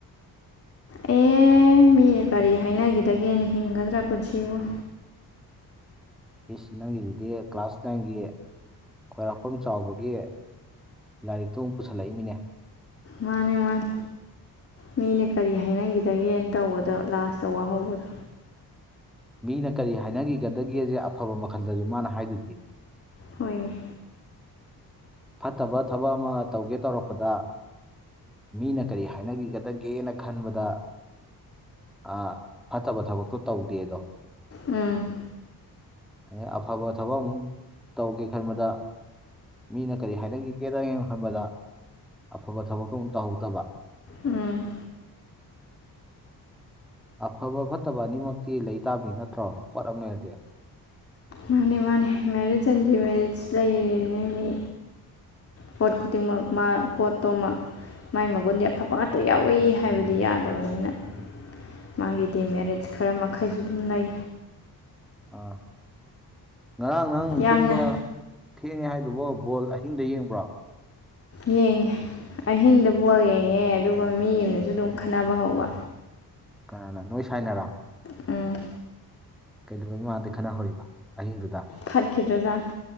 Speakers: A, on the left; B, in the centre.
A: ꯑꯦ <unintelligible> ꯀꯔꯤ ꯍꯥꯏꯅꯒꯤꯗꯒꯦꯅ ꯍꯤꯡꯒꯗ꯭ꯔꯥ ꯄꯨꯟꯁꯤꯕꯨ
B: ꯏꯁ ꯅꯪꯒꯤꯖꯤꯗꯤ ꯀ꯭ꯂꯥꯁ ꯅꯥꯏꯟꯒꯤ ꯈꯣꯏꯔꯥꯛꯐꯝ ꯆꯥꯎꯕꯒꯤ ꯂꯥꯏꯔꯤꯛꯇꯣ ꯃꯨꯛ ꯄꯨꯁꯜꯂꯛꯏꯃꯤꯅꯦ
A: ꯃꯥꯅꯦ ꯃꯥꯅꯦ ꯃꯤꯅ ꯀꯔꯤ ꯍꯥꯏꯅꯒꯤꯗꯒꯦꯅ ꯇꯧꯕꯗꯣ ꯂꯥꯁꯇꯥ ꯋꯥꯍꯧꯕꯗꯣ
B: ꯃꯤꯅ ꯀꯔꯤ ꯍꯥꯏꯅꯒꯤꯒꯗꯒꯦꯖꯦ ꯑꯐꯕ ꯃꯈꯜꯗꯖꯨ ꯃꯥꯅ ꯍꯥꯏꯗꯨꯗꯤ
A: ꯍꯣꯏꯅꯦ
B: ꯐꯠꯇꯕ ꯊꯕꯛ ꯑꯃ ꯇꯧꯒꯦ ꯇꯧꯔꯛꯄꯗ ꯃꯤꯅ ꯀꯔꯤ ꯍꯥꯏꯅꯒꯤꯒꯥꯗꯛ ꯒꯦꯅ ꯈꯟꯕꯗ ꯑꯥ ꯐꯠꯇꯕ ꯊꯕꯛꯇꯣ ꯇꯧꯗꯦꯗꯣ
A: ꯎꯝ
B: ꯑꯗꯩ ꯑꯐꯕ ꯊꯕꯛ ꯑꯃꯨꯛ ꯇꯧꯒꯦ ꯈꯟꯕꯗ ꯃꯤꯅ ꯀꯔꯤ ꯍꯥꯏꯅꯈꯤꯒꯦꯡ ꯈꯟꯕꯗ ꯑꯐꯕ ꯊꯕꯛꯇꯣ ꯑꯃꯨꯛ ꯇꯧꯍꯧꯗꯕ
A: ꯎꯝ
B: ꯑꯐꯕ ꯐꯠꯇꯕ ꯑꯅꯤꯃꯛꯇꯤ ꯂꯩꯇꯥꯕꯅꯤ ꯅꯠꯇ꯭ꯔꯣ ꯄꯣꯠ ꯑꯃ ꯂꯩꯔꯗꯤ
A: ꯃꯥꯅꯦ ꯃꯥꯅꯦ ꯃꯦꯔꯤꯠ ꯑꯦꯟ ꯗꯤ ꯃꯦꯔꯤꯖ ꯂꯩꯔꯤꯅꯦ ꯃꯤ ꯄꯣꯠ ꯈꯨꯗꯤꯡꯃꯛ ꯃꯥ ꯄꯣꯠ ꯇꯣ ꯃꯛ ꯃꯥꯏ ꯃꯒꯨꯟꯗꯤ ꯑꯐꯕ ꯉꯥꯛꯇꯥ ꯌꯥꯎꯏ ꯍꯥꯏꯕꯗꯤ ꯌꯥꯗꯕꯅꯤꯅ ꯃꯥꯒꯤ ꯗꯤꯃꯦꯔꯤꯠ ꯈꯔ ꯃꯈꯩꯁꯨ ꯑꯗꯨꯝ ꯂꯩ
B: ꯑꯥ ꯉꯔꯥꯡ ꯅꯪ
A: ꯌꯥꯝꯅ
B: ꯇꯨꯝꯕ ꯊꯦꯡꯉꯦ ꯍꯥꯏꯗꯨꯕꯣ ꯕꯣꯜ ꯑꯩ ꯑꯍꯤꯡꯗꯥ ꯌꯦꯡꯕ꯭ꯔꯣ
A: ꯌꯦꯡꯉꯦ ꯑꯍꯤꯡꯗꯥ ꯕꯣꯜ ꯌꯦꯡꯉꯦ ꯑꯗꯨꯒ ꯃꯤ ꯑꯃꯅꯖꯨ ꯑꯗꯨꯝ ꯈꯠꯅꯕ ꯍꯧꯕ
B: ꯀꯅꯥꯅ ꯅꯣꯏ ꯁꯥꯏꯅꯔꯣ
A: ꯎꯝ
B: <inaudible> ꯀꯩꯗꯧꯕꯩ ꯃꯥꯗꯤ ꯈꯠꯅꯍꯧꯔꯤꯕ ꯑꯍꯤꯡꯗꯨꯗ
A: ꯐꯠꯈꯤꯗ꯭ꯔꯖꯥꯠꯅꯤ